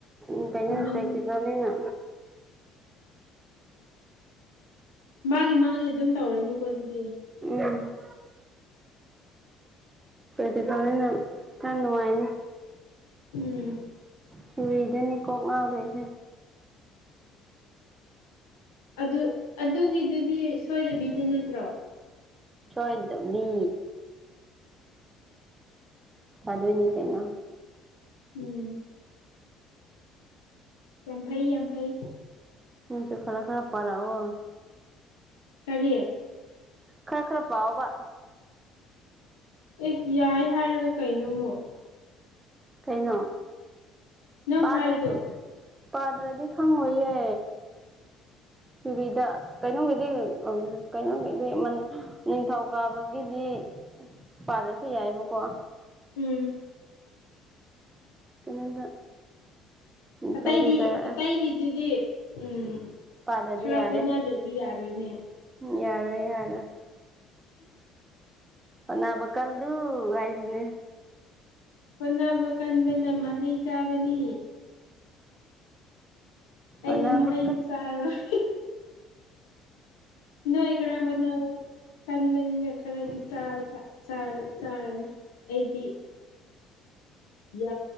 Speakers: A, on the right; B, on the left.
A: ꯎꯝ ꯀꯩꯅꯩꯅ
B: ꯃꯟ
A: ꯄꯦꯛꯇꯛꯇꯤꯅꯤꯅ
B: ꯃꯥꯒꯤ ꯃꯥꯒꯤ ꯑꯗꯨꯝ ꯇꯧꯔꯅꯤꯀꯣ ꯑꯗꯨꯗꯤ
A: ꯎꯝ ꯑꯗꯨꯗꯣꯏꯅ ꯈꯔ ꯅꯨꯡꯉꯥꯏꯅꯤ
B: ꯎꯝ
A: ꯁꯨꯔꯤꯗꯅꯤ ꯀꯣꯛ ꯉꯥꯎꯗꯣꯏꯁꯦ
B: ꯑꯗꯨ ꯑꯗꯨꯒꯤꯗꯨꯗꯤ ꯁꯣꯏꯗꯕꯤꯗ ꯅꯠꯇ꯭ꯔꯣ
A: ꯆꯣꯏꯗ ꯃꯤ ꯂꯥꯗꯣꯏꯅꯤ ꯀꯩꯅ
B: ꯎꯝ ꯌꯥꯝ ꯐꯩ ꯌꯥꯝ ꯐꯩ
A: ꯍꯆꯁꯨ ꯈꯔ ꯈꯔ ꯄꯔ ꯍ
B: ꯇꯔꯤꯌꯦ
A: ꯈꯔ ꯈꯔ ꯄꯥꯎꯕ
B: ꯑꯦ ꯌꯥꯏ ꯍꯥꯏꯔꯒ ꯀꯩꯅꯩꯅꯣꯃꯣ
A: ꯀꯩꯅꯣ
B: ꯅꯪ
A: ꯄꯥꯗ꯭ꯔꯗꯤ
B: ꯍꯥꯏꯗꯣ
A: ꯄꯥꯗ꯭ꯔꯗꯤ ꯈꯪꯉꯣꯏꯌꯦ ꯆꯔꯤꯗ ꯀꯩꯅꯣꯒꯤꯗꯤ ꯀꯩꯅꯣꯒꯤꯗꯤ ꯅꯤꯡꯊꯧ ꯀꯥꯕꯒꯤꯗꯤ ꯄꯥꯗ꯭ꯔꯁꯨ ꯌꯥꯏꯑꯕꯀꯣ
B: ꯎꯝ
A: ꯀꯩꯅꯣꯗ ꯀꯝꯄ꯭ꯌꯨꯇꯔ
B: ꯑꯇꯩꯗꯤ ꯑꯇꯩꯒꯤꯗꯨꯗꯤ ꯎꯝ
A: ꯄꯥꯗꯗꯤ
B: ꯈꯔ
A: ꯌꯥꯗꯦ
B: ꯍꯣꯠꯅꯗ꯭ꯔꯗꯤ ꯌꯥꯔꯣꯏꯅꯦ
A: ꯌꯥꯔꯣꯏ ꯌꯥꯔꯣꯏ ꯑꯅꯥꯕ ꯀꯜꯂꯨ ꯑꯥꯏꯁꯤꯅꯦ
B: ꯍꯣꯠꯅꯕ ꯀꯟꯕꯅ ꯃꯍꯩ ꯆꯥꯕꯅꯤ ꯑꯩꯗꯤ
A: ꯑꯅꯥꯕ
B: ꯃꯍꯩꯁꯨ ꯆꯥꯔꯔꯣꯏ ꯅ ꯏꯈ ꯑꯋꯥꯗ ꯑꯋꯥ ꯀꯟꯕꯅꯤꯅ ꯈꯔꯗꯤꯥ ꯆꯥꯔꯅꯤ ꯑꯩꯗꯤ ꯌꯥ